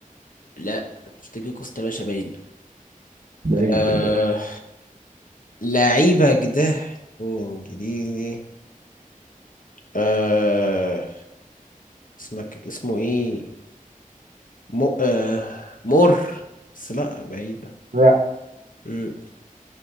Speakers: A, on the left; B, on the right.
A: لا مش تيجي كوستا باشا باين
B: باين
A: آه...
B: كده
A: لعيبك ده انجليزي آه... اسمك اسمه ايه م... آه... مر بس لا بعيدة
B: لا
A: مم.